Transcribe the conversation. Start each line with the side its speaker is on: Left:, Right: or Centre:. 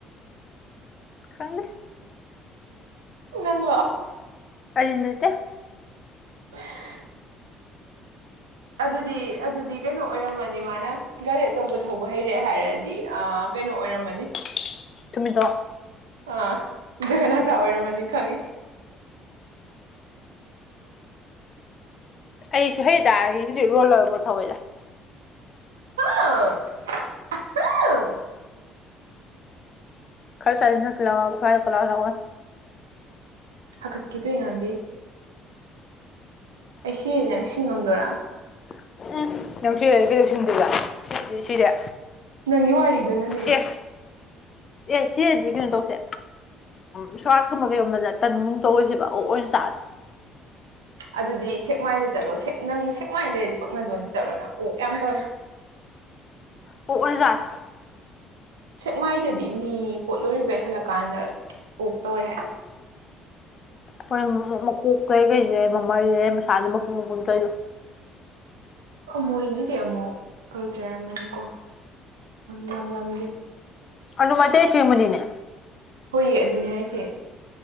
Left: ꯈꯪꯗ
Right: ꯅꯪꯂꯣ
Left: ꯑꯩ ꯅꯠꯇ
Right: <inaudible> ꯑꯗꯨꯗꯤ ꯑꯗꯨꯗꯤ ꯀꯩꯅꯣ ꯑꯣꯏꯔꯝꯃꯅꯤ ꯃꯥꯅ ꯒꯥꯔꯤ ꯑꯆꯧꯕ ꯊꯧꯕ ꯍꯩꯔꯦ ꯍꯥꯏꯔꯗꯤ ꯑ ꯀꯩꯅꯣ ꯑꯣꯏꯔꯝꯃꯅꯤ
Left: <unintelligible>
Right: ꯑꯥ ꯖꯒꯅꯥꯊ ꯑꯣꯏꯔꯝꯃꯅꯤ ꯈꯪꯉꯤ
Left: ꯑꯩꯁꯨ ꯍꯩꯗꯥ ꯑꯩꯗꯤ ꯔꯣꯂꯔꯕꯣ ꯊꯧꯏꯗ
Right: <unintelligible>
Left: <unintelligible>
Right: ꯍꯥꯒꯠꯀꯦ ꯇꯣꯏ ꯉꯝꯕꯤ ꯑꯩ ꯁꯤꯔꯤ ꯅꯁꯤ ꯁꯤꯡꯉꯝꯗꯣꯔꯥ
Left: <unintelligible> ꯁꯤꯗ ꯁꯔ ꯁꯤꯗ
Right: ꯅꯪꯒꯤ ꯋꯥꯔꯤꯗꯨꯅꯅꯦ
Left: ꯑꯦ ꯑꯦ ꯁꯤꯗꯤ ꯀ ꯇꯧꯁꯦ ꯎ ꯁ꯭ꯋꯥꯔꯠꯀꯨꯝꯕ ꯀꯩꯒꯨꯝꯕꯗ ꯇꯟꯒꯨꯝ ꯇꯧꯔꯔꯤꯁꯦꯕ ꯑꯣ ꯑꯣꯏꯅ ꯆꯁꯦ
Right: ꯑꯗꯨꯗꯤ ꯁꯦꯛꯃꯥꯏꯗ ꯆꯠꯂꯣ ꯅꯪ ꯁꯦꯛꯃꯥꯏ ꯂꯩꯔꯗꯤ ꯄꯛꯅꯗꯣꯟꯗꯤ ꯆꯠꯂꯣ ꯅꯪ ꯑꯣꯛ ꯌꯥꯝ ꯇꯧꯏꯦ
Left: ꯑꯣ ꯎꯖꯔ
Right: ꯁꯦꯛꯃꯥꯏꯗꯗꯤ ꯃꯤ ꯄꯣꯠꯂꯣꯏꯔꯤꯕꯩ ꯍꯜꯂꯛꯀꯥꯟꯗ ꯑꯣꯛ ꯇꯧꯋꯦ ꯍꯥꯏ
Left: ꯍꯣꯏ ꯃꯀꯣꯛ ꯀꯩ ꯀꯩꯁꯦ ꯃꯃꯜꯁꯦ ꯃꯁꯥꯅ ꯃꯀꯨꯝ ꯃꯀꯨꯟ ꯀꯩꯣ
Right: ꯃꯣꯏꯒꯤꯗꯤ ꯑꯃꯨꯛ ꯀꯜꯆꯔ ꯑꯃꯅꯤꯀꯣ ꯂꯝ ꯂꯝꯒꯤ
Left: ꯑꯗꯨ ꯃꯥꯏꯇꯩ ꯁꯃꯅꯤꯅꯦ
Right: ꯍꯣꯏꯌꯦ ꯑꯗꯨꯅꯦ ꯍꯥꯏꯁꯦ